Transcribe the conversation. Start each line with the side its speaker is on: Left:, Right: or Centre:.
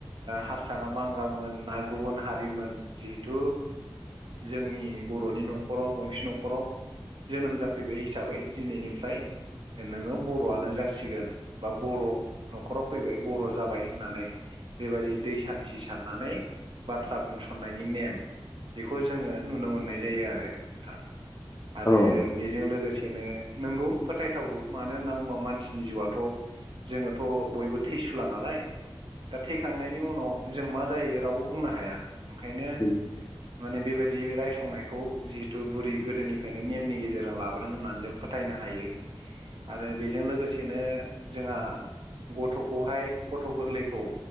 Right: हारसा ना बांगालमोन ना गुबुन हारिमोन जिहेथु जोंनि बर'नि न'खराव गंसे न'खराव जोनोम जाफैबाय हिसाबै दिनैनिफ्राय नोङो बर'आनो जासिगोन बा बर' न'खराव फैबाय बर' जाबाय होननानै बेबायदि दै सान्थि सारनानै बाथ्रा बुंसननायनि नेम बेखौ जोङो नुनो मोननाय जायो आरो नोंथां आरो
Left: औ
Right: बेजों लोगोसे नो नोंगौ फोथायथावबो मानो होनना बुङोबा मानसिनि जिउआथ' जोङोथ' बयबो थैसुला नालाय दा थैखांनायनि उनाव जों मा जायो रावबो बुंनो हाया ओंखायनो
Left: औ
Right: माने बेबायदि दि रायसंनायखौ जिहेथु बुरि गोदोनिफ्रायनो नेमनि गेजेरजों लाबोदों होननानै जों फोथायनो हायो
Left: <inaudible>
Right: आरो बेजों लोगोसेनो जोंहा गथ'खौहाय गथ' गोरलैखौ